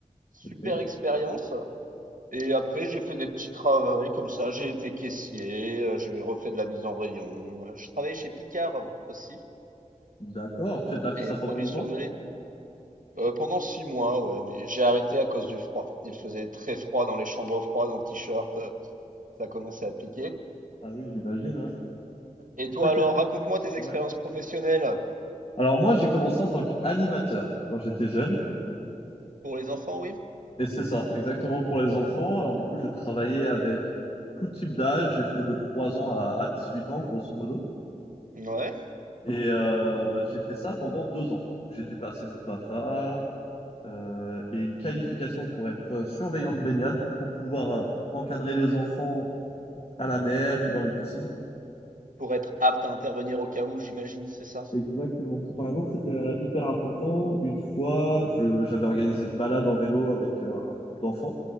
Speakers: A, on the right; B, on the left.
A: Super
B: Ok.
A: expérience. Et après, j'ai fait des petits travaux comme ça. J'ai été caissier, euh, j'ai refait de la mise en rayon. J'ai travaillé chez Picard aussi,
B: D'accord. Tu as fait
A: les
B: ça
A: produits
B: pendant longtemps?
A: surgelés. Euh, pendant six mois, ouais, mais j'ai arrêté à cause du froid. Il faisait très froid dans les chambres froides, en t-shirt, euh, ça commençait à piquer.
B: Ah oui, j'imagine. hein.
A: Et
B: Et
A: toi
B: toi, qu'est-ce-
A: alors, raconte-moi tes expériences
B: ouais.
A: professionnelles
B: Alors moi, j'ai commencé en tant qu'animateur quand j'étais jeune.
A: pour les enfants, oui?
B: Et c'est ça, exactement pour les enfants. Alors du coup, j'ai travaillé avec tout type d'âge. J'ai fait de 3 ans à, à huit ans, grosso modo.
A: Ouais,
B: Et euh, j'ai fait ça pendant deux ans. Donc, J'ai dû passer mon BAFA euh, et une qualification pour être surveillant de baignade, pour pouvoir euh, encadrer les enfants à la mer ou dans les piscines.
A: pour être apte à intervenir au cas où, j'imagine, c'est ça?
B: Exactement. Par exemple, c'était euh, hyper important. Une fois, je- j'avais organisé une balade en vélo avec euh, un groupe d'enfants